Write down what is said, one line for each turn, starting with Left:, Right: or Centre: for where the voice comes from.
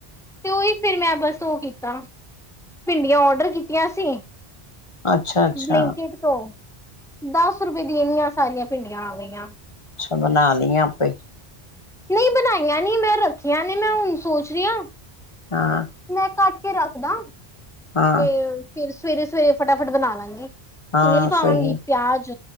Centre: ਤੇ ਉਹੀ ਫਿਰ ਮੈਂ ਬਸ ਉਹ ਕੀਤਾ। ਭਿੰਡੀਆਂ ਔਡਰ ਕੀਤੀਆਂ ਸੀ,
Left: ਅੱਛਾ ਅੱਛਾ
Centre: ਬਲਿੰਕੇਟ ਤੋਂ। ਦਸ ਰੁਪਏ ਦੀਆਂ ਇੰਨੀਆਂ ਸਾਰੀਆਂ ਭਿੰਡੀਆਂ ਆ ਗਈਆਂ।
Left: ਅੱਛਾ ਬਣਾ ਲਈਆਂ ਆਪੇ।
Centre: ਨਹੀਂ ਬਣਾਈਆਂ ਨੀ ਮੈਂ ਰੱਖੀਆਂ ਨੇ, ਮੈਂ ਹੁਣ ਸੋਚ ਰਹੀ ਆ
Left: ਹਾਂ।
Centre: ਮੈਂ ਕੱਟ ਕੇ ਰੱਖਦਾ।
Left: ਹਾਂ।
Centre: ਤੇ ਫਿਰ ਸਵੇਰੇ, ਸਵੇਰੇ ਫਟਾਫਟ ਬਣਾ ਲਾਂਗੀ। ਤੇਲ
Left: ਹਾਂ
Centre: ਪਾਵਾਂਗੀ,
Left: ਸਹੀ
Centre: ਪਿਆਜ,